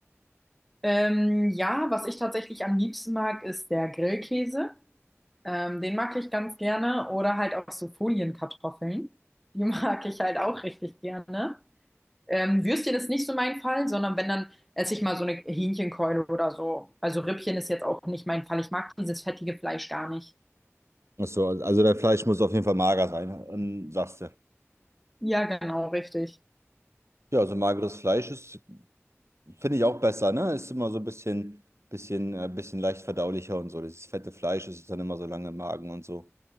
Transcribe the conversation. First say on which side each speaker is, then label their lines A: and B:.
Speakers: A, in the centre; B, on the right.
A: Ähm, ja, was ich tatsächlich am liebsten mag, ist der Grillkäse. Ähm, den mag ich ganz gerne oder halt auch so Folienkartoffeln. Die <laughs> mag ich halt auch richtig gerne. Ähm, Würstchen ist nicht so mein Fall, sondern wenn, dann esse ich mal so eine Hähnchenkeule oder so. Also Rippchen ist jetzt auch nicht mein Fall. Ich mag dieses fettige Fleisch gar nicht.
B: Ach so, also dein Fleisch muss auf jeden Fall mager sein, ähm, sagst du.
A: Ja, genau, richtig.
B: Ja, also mageres Fleisch ist, finde ich auch besser, ne? Ist immer so ein bisschen, bisschen, äh, bisschen leicht verdaulicher und so. Das fette Fleisch ist dann immer so lange im Magen und so.